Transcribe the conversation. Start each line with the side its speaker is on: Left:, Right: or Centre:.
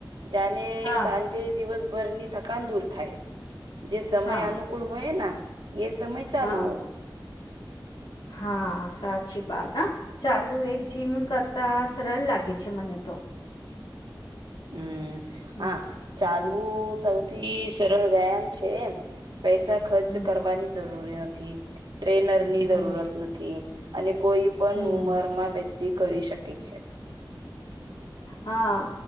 Right: જાને
Left: હા
Right: સાંજે દિવસભરની થકાન દૂર થાય જે સમય
Left: હા
Right: અનુ. કૂલ હોય એ સમય ચાલ
Left: હા
Right: હો.
Left: હા સાચી વાત હા ચાલુ એક જીમ કરતા સરળ લાગે છે મને તો.
Right: હમ
Left: હમ
Right: હા ચાલવું સૌથી. વ્યાયામ છે પૈસા ખર્ચ
Left: હમ
Right: કરવાની જરૂર નથી ટ્રેનર. ની
Left: હમ
Right: જરૂરત નથી અને કોઈ પણ
Left: હમ
Right: ઉમર માં વ્યક્તિ કરી શકે છે. <inaudible>
Left: હા.